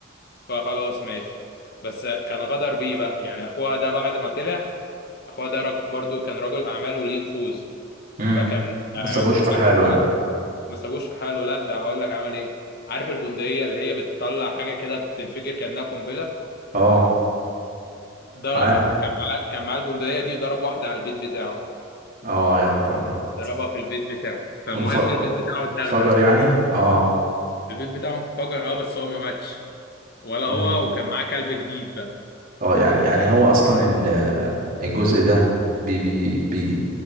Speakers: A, on the left; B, on the right.
A: فخلاص ماشي بس كان غدر بيه بقى يعني اخوها ده بعد ما طلع اخوها ده رج... برضو كان رجل اعمال وليه نفوذ
B: امم
A: فكان
B: ما
A: آه،
B: سابوش
A: في
B: في
A: عارف
B: حاله يعني
A: ما سابوش في حاله لا ده اقول لك عمل ايه عارف البندقيه اللي هي بتطلع حاجه كده بتنفجر كانها قنبله
B: اه
A: ده
B: عارف
A: كان معاه كان معاه البندقيه دي ضرب واحده على البيت بتاعه
B: اه يا نهار ابيض
A: ضربها في البيت بتاعه فالمهم
B: وانف-
A: البيت بتاعه اتدغدغ
B: انفجر يعني اه
A: البيت بتاعه انفجر اه بس هو ما ماتش ولا
B: امم
A: هو وكان معاه كلب جديد بقى
B: اه يعني يعني هو اصلا ال- الجزء ده بي بي بي